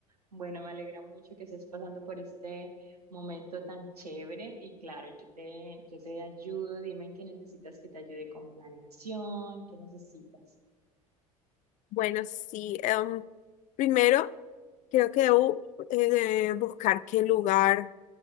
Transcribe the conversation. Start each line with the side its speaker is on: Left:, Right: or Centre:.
Right: Bueno, me alegra mucho que estés pasando por este momento tan chévere y claro, yo te, yo te ayudo. Dime en qué necesitas que te ayude con planeación, qué necesitas.
Left: Bueno, sí. em, primero, creo que debo eh, buscar qué lugar